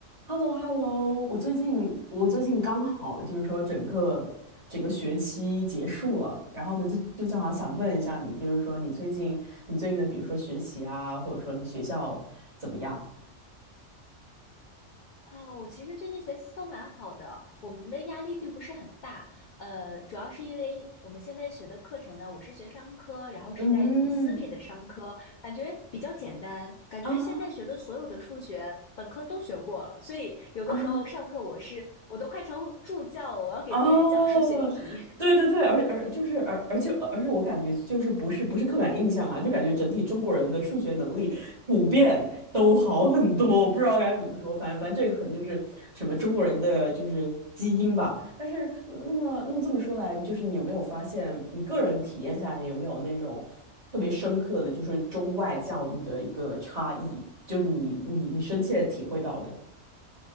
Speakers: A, on the right; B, on the left.
A: h e l l o h e l l o 我最近我最近刚好就是说整个整个学期结束了，然后呢就就正好想问一下你，就是说你最近你最近的比如说学习啊，或者说你学校怎么样？
B: 啊，我其实最近学习都蛮好的，我们的压力并不是很大。呃，主要是因为我们现在学的课程呢，我是学商科，然后是在那种私立的商科，
A: 嗯，
B: 感觉比较简单，感觉现在学的所有的数学本科都学过了，
A: 啊
B: 所以有的时候上课我是我都快成助教了，
A: 啊
B: 我要给别人讲数学题。
A: 哦，对对对，而而就是而而且而且我感觉就是不是不是刻板印象啊，就感觉整体中国人的数学能力普遍都好很多，我不知道该怎么说，反正反正这个可能就是什么中国人的就是基因吧。但是嗯那么那么这么说来，就是你有没有发现你个人体验下来，你有没有那种特别深刻的就是中外教育的一个差异，就是你你你深切体会到的？